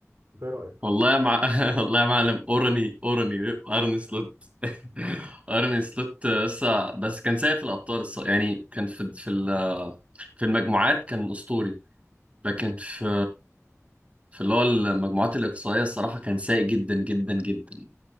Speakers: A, on the right; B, on the right.
A: ده إيه رأيك
B: والله يا مع... <laughs> والله يا معلم اورني اورني ارن سلوت ارني سلوت آه، لسه بس كان سايق في الابطال الص- يعني كان في في ال- في المجموعات كان اسطوري لكن في في اللي هو المجموعات الاقصائيه الصراحه كان سايق جدا جدا جدا